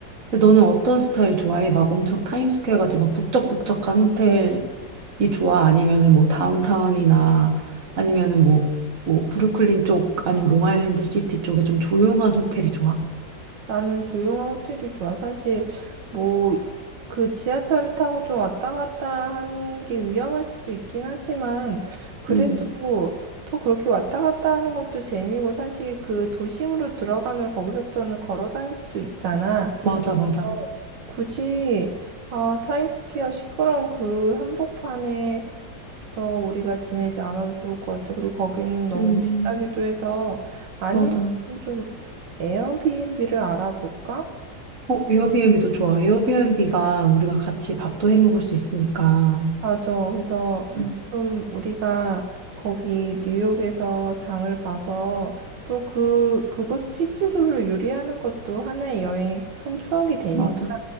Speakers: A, on the right; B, on the right.
A: 근데 너는 어떤 스타일 좋아해? 막 엄청 타임스퀘어 같이 막 북적북적한 호텔이 좋아? 아니면은 뭐 다운타운이나 아니면은 뭐, 뭐 브루클린 쪽 아니면 롱아일랜드 시티 쪽에 좀 조용한 호텔이 좋아?
B: 나는 조용한 호텔이 좋아. 사실 뭐 그 지하철을 타고 좀 왔다 갔다 하는 게 위험할 수도 있긴 하지만 그래도
A: 음,
B: 또 그렇게 왔다 갔다 하는 것도 재미고 사실 그 도심으로 들어가면 거기서부터는 걸어 다닐 수도 있잖아.
A: 맞아, 맞아.
B: 어. 굳이 아, 타임스퀘어 시끄러운 그 한복판에 그래서 우리가 지내지 않아도 좋을 것 같아. 그리고 거기는 너무
A: 음,
B: 비싸기도 해서 아니면
A: 맞아.
B: 좀 에어비앤비를 알아볼까?
A: 어, 에어비앤비도 좋아. 에어비앤비가 우리가 같이 밥도 해 먹을 수 있으니까.
B: 맞아. 그래서
A: 음,
B: 좀 우리가 거기 뉴욕에서 장을 봐서 또 그, 그곳의 식재료를 요리하는 것도 하나의 여행의 큰 추억이 되니까.
A: 맞아,